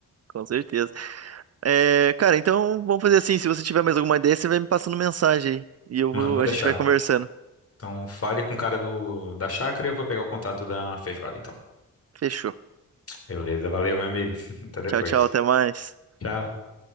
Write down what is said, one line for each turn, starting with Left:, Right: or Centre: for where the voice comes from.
Right: com certeza. É, cara, então vamos fazer assim. Se você tiver mais alguma ideia, você vai me passando mensagem aí. E eu
Left: Mano,
Right: vou,
Left: pode
Right: a gente
Left: deixar.
Right: vai conversando.
Left: Então, fale com o cara do, da chácara e eu vou pegar o contato da feijoada, então.
Right: Fechou.
Left: Beleza, valeu, meu amigo. <laughs> Até depois.
Right: Tchau, tchau, até mais.
Left: Tchau.